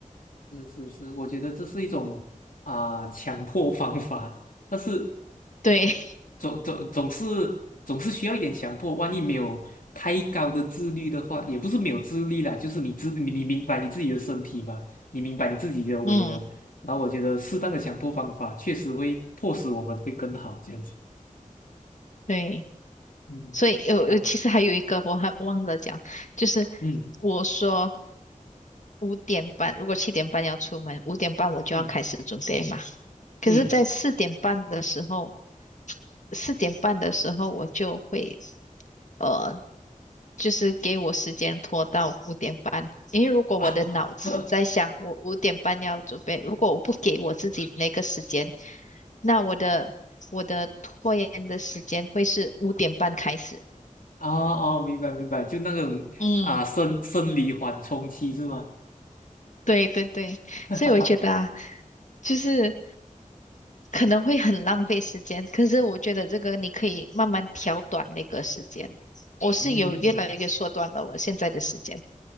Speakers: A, on the left; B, on the left.
A: 是是是，我觉得这是一种啊、强迫方法，但是
B: 对，
A: 总总总是总是需要一点强迫，万一没有太高的自律的话，也不是没有自律啦，就是你自你你明白你自己的身体嘛，你明白你自己的为人，
B: <laughs> 嗯，
A: 然后我觉得适当的强迫方法确实会迫使我们会更好这样子。
B: 对。
A: 嗯啊
B: 所以有有，其实还有一个我还忘了讲，就是
A: 嗯
B: 我说五点半，如果七点半要出门，五点半我就要开始准备嘛。
A: 嗯。
B: 可是，
A: 嗯
B: 在四点半的时候，四点半的时候我就会呃，就是给我时间拖到五点半，因为如果我的脑子在想我五点半要准备，
A: 啊 <laughs>
B: 如果我不给我自己那个时间，那我的我的拖延的时间会是五点半开始。
A: 哦哦，明白明白，就那种啊生生理缓冲期是吗？
B: 嗯。对对对，
A: <laughs>
B: 所以我觉得啊，就是可能会很浪费时间，可是我觉得这个你可以慢慢调短那个时间。我是有越来越缩短了我现在的时间。
A: 嗯嗯